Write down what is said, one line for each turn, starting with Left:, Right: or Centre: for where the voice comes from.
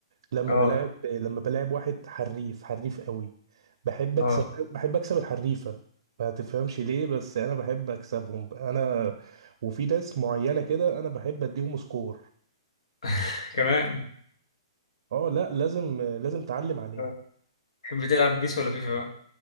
Right: لما
Left: أه
Right: بلاعب لما بلاعب واحد حريف حريف قوي بحب اكسب
Left: أه
Right: بحب اكسب الحريفة ما تفهمش ليه بس انا بحب اكسبهم انا وفي ناس معينة كده انا بحب اديهم سكور
Left: <laughs> كمان
Right: اه لا لازم لازم اتعلم عليه
Left: آه. تحب تلعب بيس ولا فيفا بقى؟